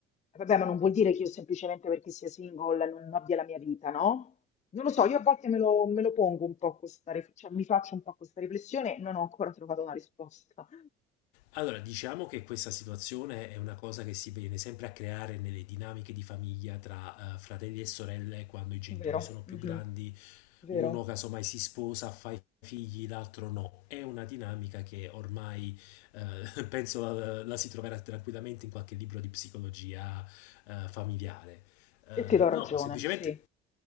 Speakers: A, on the left (about 20°); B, on the left (about 75°).
A: Vabbè, ma non vuol dire che io semplicemente perché sia single non abbia la mia vita, no? Non lo so, io a volte me lo, me lo pongo un po' questa, rif- cioè mi faccio un po' questa riflessione, non ho ancora trovato una risposta.
B: Allora, diciamo che questa situazione è una cosa che si viene sempre a creare nelle dinamiche di famiglia tra eh, fratelli e sorelle quando i genitori
A: Vero,
B: sono più
A: mhm,
B: grandi
A: Vero.
B: uno casomai si sposa, fa i figli, l'altro no. È una dinamica che ormai eh, <laughs> penso la, la si troverà tranquillamente in qualche libro di psicologia eh, familiare. Eh,
A: E ti do
B: no,
A: ragione,
B: semplicemente
A: sì.